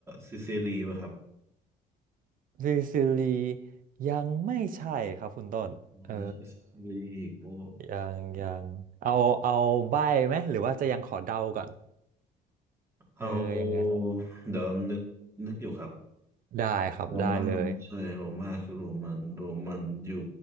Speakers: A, on the right (about 15°); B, on the right (about 55°).
A: ซิซิลีป่ะครับ
B: ซิซิลียังไม่ใช่ครับคุณต้นเออ
A: ไม่ใช่ซิซิลีโอ้
B: ยังยังเอาเอาใบ้ไหมหรือว่าจะยังขอเดาก่อนเออยังไง
A: เอาเดี๋ยวนึกนึกอยู่ครับ
B: ได้ครับได้เลย
A: โรม่าไม่ใช่โรม่าคือโรมันโรมันอยู่